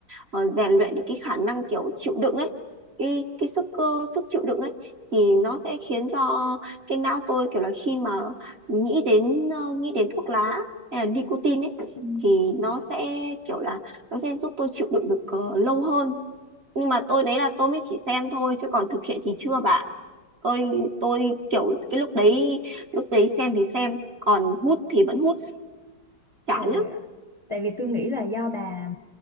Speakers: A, on the right (about 40°); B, on the left (about 25°).
A: ờ, rèn luyện được cái khả năng kiểu chịu đựng ấy, cái cái sức cơ sức chịu đựng ấy, thì nó sẽ khiến cho cái não tôi kiểu là khi mà nghĩ đến ờ, nghĩ đến thuốc lá hay là nicotine ấy,
B: Ừ.
A: thì nó sẽ kiểu là nó sẽ giúp tôi chịu đựng được ờ, lâu hơn nhưng mà tôi đấy là tôi mới chỉ xem thôi chứ còn thực hiện thì chưa bạn tôi tôi kiểu cái lúc đấy lúc đấy xem thì xem còn hút thì vẫn hút chán
B: rồi
A: lắm
B: ạ. Tại vì tôi nghĩ là do bà